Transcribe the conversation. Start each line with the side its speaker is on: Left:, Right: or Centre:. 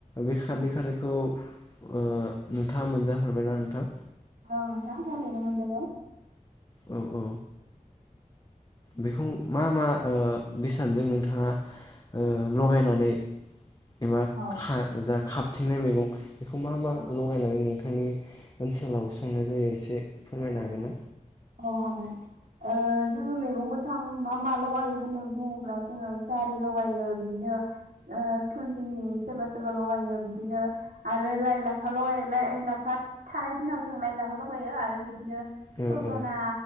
Left: बे खारदै
Right: औ
Left: खारैखौ ओ नोंथाङा मोनजाफेरबायना नोंथां?
Right: औ नोंथां थारैनो मोनजागौ।
Left: औ औ बेखौ मा मा ओ बेसादजों नोंथाङा ओ लगायनानै एबा
Right: औ
Left: खा जा खा थिंनाय मैगं मा मा
Right: औ
Left: लगायनानै नों नोंथांनि ओनसोलाव संनाय जायो एसे एसे फोरमायनो
Right: औ
Left: हागोन
Right: औ
Left: ना?
Right: औ हागोन ओ जोङो मैगं गोथां मा मा लगायो होननानै बुङोब्ला जोङो जारि लगायो बिदिनो ओ थुन थुननि सोरबा सोरबा लगायो बिदिनो आरो लाइ लाफा लगायो लाइ लाफा थानाय दिनाव जों लाइ लाफा लगायो आरो बिदिनो
Left: औ
Right: सजना
Left: औ